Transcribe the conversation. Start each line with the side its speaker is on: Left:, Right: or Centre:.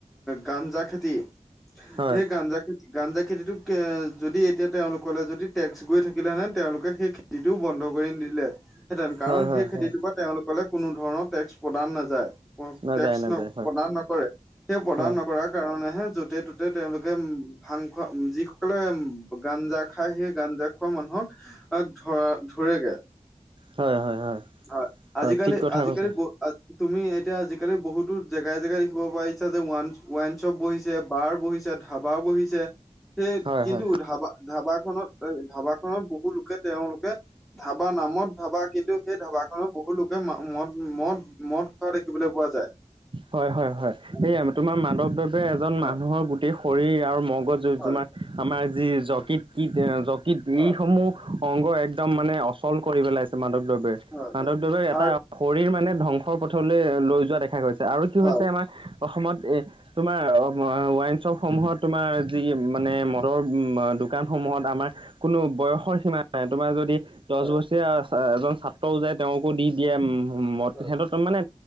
Centre: গাঞ্জা খেতি
Right: হয়
Centre: সেই গাঞ্জা খেতি, গাঞ্জা খেতিটোক যদি এতিয়া তেওঁলোকলে যদি টেক্স গৈ থাকিলে হেঁতেন, তেওঁলোকে সেই খেতিতো বন্ধ কৰি নিদিলেহেঁতেন কাৰণ,
Right: হয় হয়
Centre: সেই খেতিটোৰ
Right: হয়
Centre: পৰা তেওঁলোক লে, কোনো ধৰণৰ টেক্স প্ৰদান নাযায়,
Right: নাযায়
Centre: টেক্স
Right: নাযায়
Centre: ন-প্ৰদান
Right: হয়
Centre: নকৰে। সেই প্ৰদান
Right: হয়
Centre: নকৰাৰ কাৰণেহে য'তে, ত'তে তেওঁলোকে উ ভাং খোৱা যিসকলে উম, গাঞ্জা খায় সেই গাঞ্জা খোৱা মানুহক আ, ধৰ-ধৰেগে।
Right: হয়, হয়, হয়।
Centre: হয়, আজিকালি,
Right: হয় ঠিক কথা
Centre: আজিকালি
Right: কৈছা
Centre: ব-আজি তুমি এতিয়া আজিকালি বহুতো জেগাই, জেগাই দেখিব পাইছা যে, ওৱা-ৱাইন শ্বপ বহিছে বাৰ বহিছে, ধাবা বহিছে, সেই
Right: হয়
Centre: কিন্তু
Right: হয়
Centre: ধাবা ধাবা খনত, ধাবা খনত বহুলোকে তেওঁলোকে ধাবা নামত, ধাবা কিন্তু সেই ধাবাখনত বহু লোকে ম-মদ-মদ-মদ খোৱা দেখিবলৈ পোৱা যায়।
Right: হয়, হয়, হয়,
Centre: উম,
Right: সেয়া তোমাৰ মাদক দ্ৰব্যয়ে এজন
Centre: হয়,
Right: মানুহৰ গোটেই শৰীৰ আৰু মগজ
Centre: হয়,
Right: তোমাৰ-আমাৰ যি যকৃত-কৃত-যকৃত
Centre: হয়,
Right: এইসমূহ অংগ একদম মানে অচল কৰি পেলাইছে, মাদকদ্ৰৱে,
Centre: হয়,
Right: মাদকদ্ৰৱে
Centre: হয়
Right: এটা
Centre: আৰু
Right: শৰীৰ মানে ধ্বংসৰ পথলৈ লৈ যোৱা দেখা গৈছে, আৰু কি
Centre: হয়,
Right: হৈছে আমাৰ অসমত এ তোমাৰ ৱাইন শ্বপসমূহত তোমাৰ যি মানে মদৰ দোকানসমূহত আমাৰ কোনো বয়সৰ সীমা নাই তোমাৰ যদি দহ
Centre: হয়,
Right: বছৰীয়া এজন ছাত্ৰও যায় তেওঁকো দি দিয়ে উ মদ
Centre: হয়
Right: হেহতক মানে